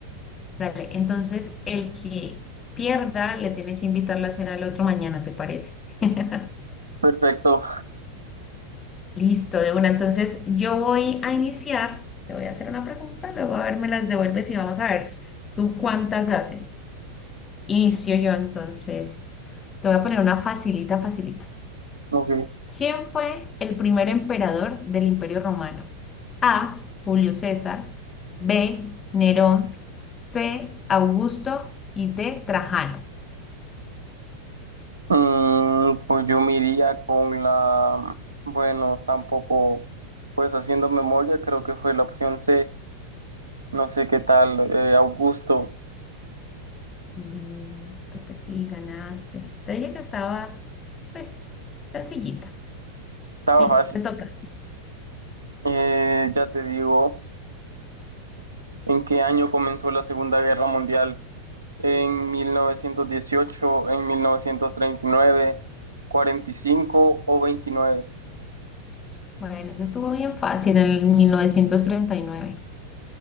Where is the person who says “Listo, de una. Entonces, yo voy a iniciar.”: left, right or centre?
Left